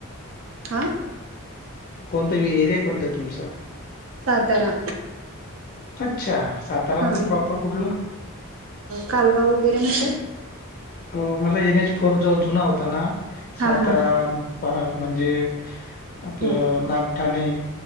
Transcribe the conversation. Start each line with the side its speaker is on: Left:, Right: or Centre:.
Right: हां
Left: कोणता एरिया कोणता आहे तुमचा?
Right: सातारा
Left: अच्छा सातारामध्ये
Right: हा
Left: पॅॉपर कुठलं
Right: कालगाव वगैरे माहित आहे
Left: हो मला एन एज फोर जो जुना होता ना
Right: हा
Left: सातारा
Right: हा
Left: पहा म्हणजे आपलं
Right: हा
Left: नागठाणे